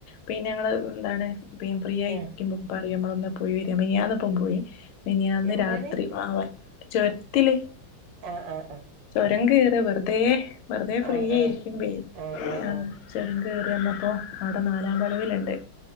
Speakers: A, on the left; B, on the right.
A: പിന്നെ ഞങ്ങള് എന്താണ് പേയും ഫ്രീയായിക്കുമ്പോ
B: ആഹ്
A: <unintelligible> നമ്മള് ഒന്ന് പോയി വര മിനിയാന്ന്പ്പം പോയി മിനിയാന്ന്
B: എവിടേണ്
A: രാത്രി <unintelligible> ചൊര്ത്തില്
B: ആഹ് ആഹ്
A: ചുരം കേ റ വെറുതെ വെറുതെ ഫ്രീ
B: ആഹ്
A: ആയിരിക്കുമ്പെ
B: ആഹ് ആഹ് ആഹ് ആഹ്
A: ആ
B: ആഹ്
A: ചൊരം കേറി വന്നപ്പോ അവ്ട നാലാം വളവിലുണ്ട്